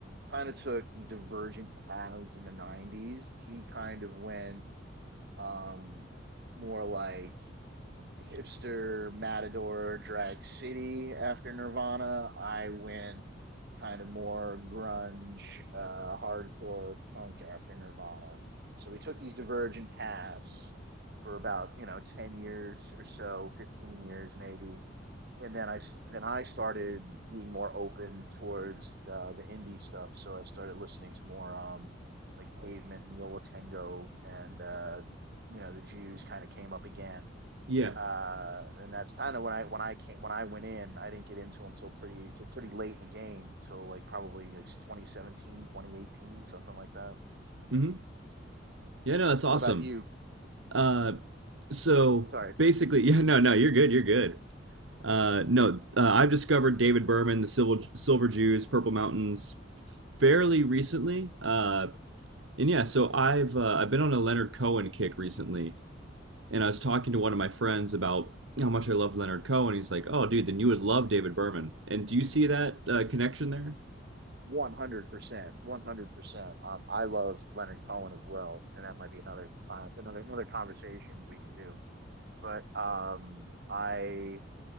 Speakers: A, on the right; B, on the right.
A: kind of took divergent paths in the 90s. He kind of went um more like hipster matador drag city after Nirvana. I went kind of more grunge, uh, hardcore punk after Nirvana. So we took these divergent paths for about, you know, 10 years or so, 15 years maybe. And then I s- then I started being more open towards uh, the indie stuff. So I started listening to more um, like Pavement and Yola Tango and uh, you know the Jews kind of came up again
B: Yeah.
A: uh, and that's kind of when I when I came, when I went in, I didn't get into him till pretty till pretty late in the game, till like probably like 2017, 2018, something like that.
B: hmm Yeah, no, that's awesome.
A: What about you?
B: Uh, so
A: Sorry,
B: basically, <laughs> yeah, no, no, you're good, you're good. Uh, no, uh, I've discovered David Berman, the Silver Silver Jews, Purple Mountains, fairly recently. Uh, And yeah, so I've uh, I've been on a Leonard Cohen kick recently, and I was talking to one of my friends about how much I love Leonard Cohen. He's like, "Oh, dude, then you would love David Berman." And do you see that uh, connection there?
A: 100%, 100%. Um, I love Leonard Cohen as well, and that might be another uh, another another conversation we could do. But um, I